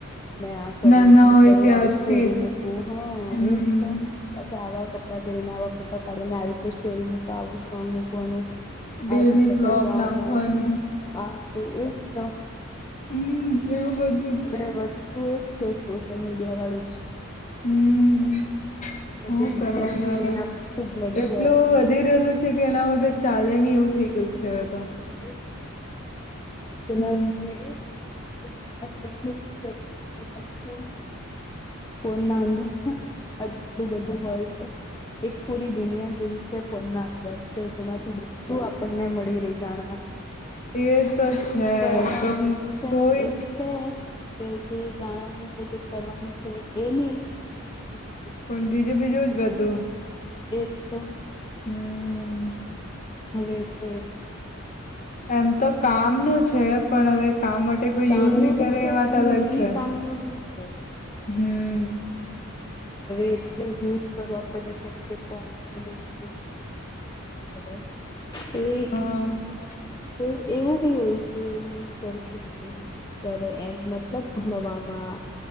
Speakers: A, on the left; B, on the left.
A: મેં આ કરું,
B: નાના
A: તે
B: હોય
A: કરું,
B: ત્યારથી
A: આવી સ્ટોરી
B: જ
A: મૂકું હહ
B: હમ
A: એજ તો બાકી આવા કપડાં પહેરીને, આવા ફોટા પાડીને, આવી રીતે સ્ટોરી મૂક, આવું સોંગ મૂક વાનું
B: ડેલી
A: આ જગ્યા
B: બ્લોગ
A: પર જાવાનું,
B: નાખવાનું
A: આતે એજ તો
B: હમ એવું બધું
A: હવે
B: જ
A: વસ્તુ એજ છે સોશિયલ મીડિયાવાળું જ.
B: હમ
A: બધી
B: હું
A: ડિટેલ
B: કરવાનું
A: જે
B: હવે
A: એના પરથી જ મળી
B: એટલું
A: જાય આપણને.
B: વધી રહેલું કે તેના વગર ચાલે નહી એવું થઈ ગયેલ છે હવે તો
A: એજ
B: હમ
A: ને <inaudible> એ એજ એ શ્વાસ લેવાનું ભૂલી જાય એટલો પોતાનો ફોન ની ભૂલે. ફોનના અંદર અટલું બધું હોય તો એક પૂરી દુનિયા જેવી જ તે ફોનના અંદર કે જેમાંથી બધું આપણને મળી રે જાણવાનું.
B: એ તો છે
A: પર હમણાંની
B: ગમ
A: જનરેશન
B: કોઈ
A: એવી છે. કે જે જાણવાનું છે, જે કરવાનું છે, એની બીજું બીજું
B: પણ બીજું બીજું જ બધું
A: એજ તો
B: હમ
A: હવે એતો એવું જ
B: એમ તો કામનું છે પણ હવે કામ માટે કોઈ
A: કામનું
B: યુઝ નહી
A: બી
B: કરે
A: છે
B: એ વાત
A: અને
B: અલગ
A: ની
B: છે
A: કામનું બી છે.
B: હમ
A: હવે એતો યુઝ કરવા પર ડિપેન્ડ કે કોણ <inaudible> કરે કોઈ
B: અ
A: કોઈ એવું બી હોય જેનું સરખી રીતે કરે એમ મતલબ ભણવામાં